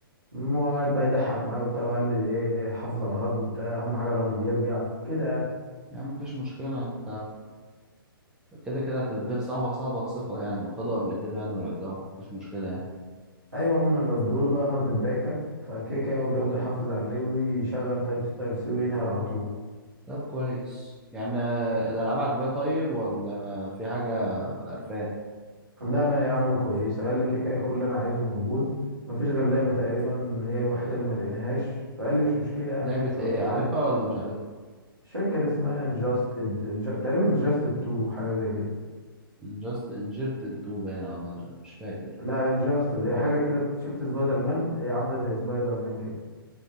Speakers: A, on the right (about 75°); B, in the centre.
A: أمم هو قاعد بقى يضحك معايا وبتاع وقال لي ايه حافظ على الهارد وبتاع اهم حاجه الهارد يرجع كده يعني.
B: يا عم مفيش مشكلة انت كده كده هتديل صاحبك صاحبك ثقة يعني وخدوا قبل كده يعني ورجعوا مفيش مشكلة يعني
A: ايوه يا عم انا بديهوله بقى هارد بريكه فكده كده هو بياخده يحافظ عليه ويشغل تايب سي تايب سي وينقل على طول
B: طب كويس يعني آه، الألعاب عجباه طيب ولا في حاجة قرفاه
A: لا لا يا عم كويس قال لي كده كده كل اللي انا عايزه موجود مفيش غير لعبه تقريبا هي الوحيده اللي ما لقيناهاش فقال لي مش مشكله يعني
B: لعبة
A: مش
B: إيه
A: واقفين
B: عارفها
A: عليها
B: ولا مش عارفها
A: الشركه كان اسمها انجاستد انج... تقريبا انجاستد 2 حاجه زي كده
B: انجست انجرت الدو باينة والله مش مش فاكر
A: لا انجاستد هي حاجه كده شفت سبايدر مان هي عامله زي سبايدر مان كده